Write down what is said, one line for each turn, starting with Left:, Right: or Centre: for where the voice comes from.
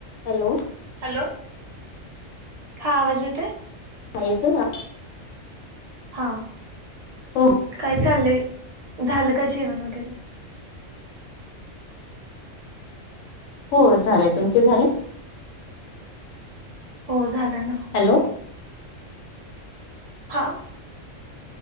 Left: Hello.
Right: Hello हा आवाज येतोय?
Left: हा येतो ना.
Right: हा
Left: हो
Right: काय चाललंय झालं का जेवण वगैरे?
Left: हो झालंय तुमच झाल?
Right: हो झालं ना.
Left: हॅलो.
Right: हा.